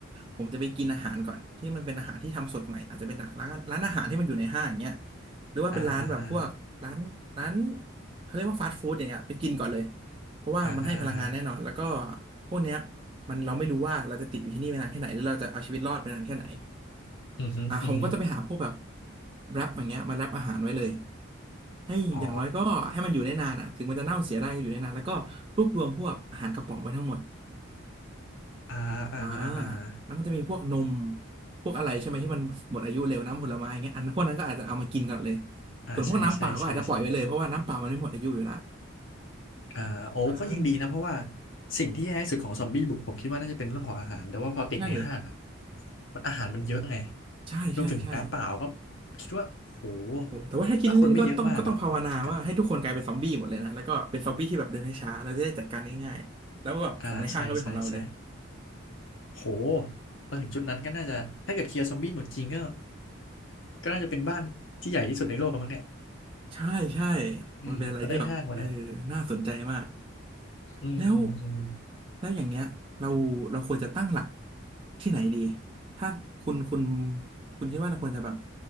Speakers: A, on the right; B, on the left.
A: ผมจะไปกินอาหารก่อนที่มันเป็นอาหารที่ทำสดใหม่อาจจะเป็นจากร้านร้านอาหารที่มันอยู่ในห้างอย่างเงี้ยหรือว่าเป็นร้านแบบพวกร้านร้าน
B: อ่าอ่าอ่า
A: เขาเรียกว่าฟาสต์ฟู้ดอย่างเงี้ยไปกินก่อนเลยเพราะว่ามันให้พลังงานแน่นอนแล้วก็
B: อ่าฮะอ่าฮะ
A: พวกเนี้ยมันเราไม่รู้ว่าเราจะติดอยู่ที่นี่ไปนานแค่ไหนหรือเราจะเอาชีวิตรอดไปนานแค่ไหน
B: อือฮึอือฮึ
A: อ่ะผมก็จะไปหาพวกแบบแรปอย่างเงี้ยมาแรปอาหารไว้เลยให้อย่างน้อยก็ให้มันอยู่ได้นานอ่ะถึงมันจะเน่าเสียได้ก็อยู่ได้นานแล้วก็รวบรวมพวกอาหารกระป๋องไว้ทั้งหมด
B: อ๋ออ่าอ่าฮะอ่าฮะ
A: อ่าแล้วมันจะมีพวกนมพวกอะไรใช่ไหมที่มันหมดอายุเร็วน้ำผลไม้อย่างเงี้ยอันพวกนั้นก็อาจจะเอามากินก่อนเลย
B: อ่าใช่ใช่ใช่ใช่
A: ส่วนพวกน้ำเปล่าก็อาจจะปล่อยไปเลยเพราะว่าน้ำเปล่ามันไม่หมดอายุอยู่แลว
B: อ่าโอ้ก็ยังดีนะเพราะว่า
A: อ่า
B: สิ่งที่แย่ที่สุดของซอมบี้บุกผมคิดว่าน่าจะเป็นเรื่องของอาหารแต่ว่าพอติดในห้างอ่ะ
A: ใช่
B: มันอาหารมันเยอะไง
A: ใช่ใช่ใช่
B: รวมถึงน้ำเปล่าก็คิดว่าโห
A: โอ้แต่ว่าถ้าคิดเล่นๆก็ต้องก็ต้องภาวนาว่าให้ทุกคนกลายเป็นซอมบี้หมดเลยนะแล้วก็เป็นซอมบี้ที่แบบเดินช้าๆเราจะได้จัดการง่ายๆแล้วแบบของในห้างก็เป็นของเราเลย
B: ถ้าคนไม่เยอะมากอ่ะก็ไม่จำกัดอ่าใช่ใช่ใช่โหพอถึงจุดนั้นก็น่าจะถ้าเกิดเคลียร์ซอมบี้หมดจริงก็ก็น่าจะเป็นบ้านที่ใหญ่ที่สุดในโลกกันมั้งเนี่ย
A: ใช่ใช่
B: อืมก็ได้ห้างมาเนี่ย
A: มันเป็นอะไรที่แบบเออน่าสนใจมาก
B: อืมอืมอืม
A: แล้วแล้วอย่างเงี้ยเราเราควรจะตั้งหลักที่ไหนดีถ้าคุณคุณคุณคิดว่าเราควรจะแบบ